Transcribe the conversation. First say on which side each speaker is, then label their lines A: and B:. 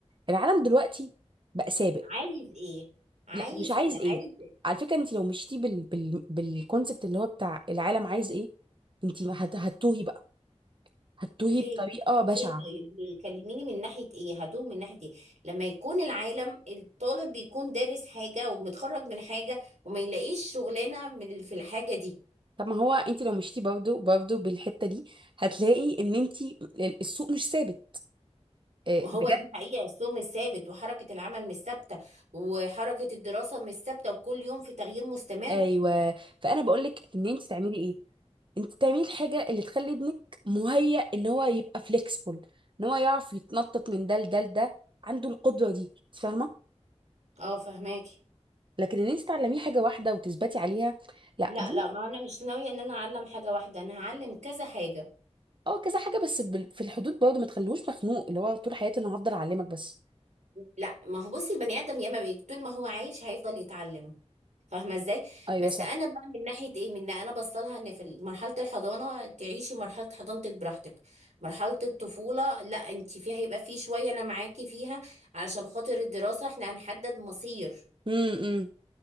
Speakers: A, on the right; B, on the right.
A: العالم دلوقتي بقى سابق
B: عايز ايه عايز
A: لا مش عايز
B: ايه
A: ايه
B: عايز إيه؟
A: على فكره انت لو مشيتي بال بال بالكونسبت اللي هو بتاع العالم عايز ايه انت ما هت... هتتوهي بقى هتتوهي
B: ليه
A: بطريقه بشعه
B: ليه طيب ليه؟ كلميني من ناحية ايه هتوه من ناحية ايه لما يكون العالم الطالب بيكون دارس حاجة ومتخرج من حاجة وما يلاقيش شغلانة من في الحاجة دي
A: طب ما هو انت لو مشيتي برضه برضه بالحته دي هتلاقي ان انت السوق مش ثابت آه،
B: ما هو
A: بجد
B: دي حقيقة السوق مش ثابت وحركة العمل مش ثابتة وحركة الدراسة مش ثابتة وكل يوم في تغيير مستمر
A: ايوه فانا بقول لك ان انت تعملي ايه انت تعملي الحاجه اللي تخلي ابنك مهيأ ان هو يبقى فليكسبل ان هو يعرف يتنطط من ده لده لده عنده القدره دي انت فاهمه
B: اه فهماكي
A: لكن ان انت تعلميه حاجه واحده وتثبتي عليها لا
B: لا
A: دي
B: لا ما انا مش ناوية ان انا اعلم حاجة واحدة انا هعلم كذا حاجة
A: اه كذا حاجه بس بال- في الحدود برضه ما تخلوش مخنوق اللي هو طول حياتي انا هفضل اعلمك بس
B: لا ما هو بصي البني ادم ياما بي طول ما هو عايش هيفضل يتعلم فاهمة ازاي
A: ايوه
B: بس
A: صح
B: انا بقى من ناحية ايه من انا بصلها ان في مرحلة الحضانة تعيشي مرحلة حضانتك براحتك مرحلة الطفولة لا انت فيها هيبقى في شوية انا معاكي فيها علشان خاطر الدراسة احنا هنحدد مصير
A: امم إمم.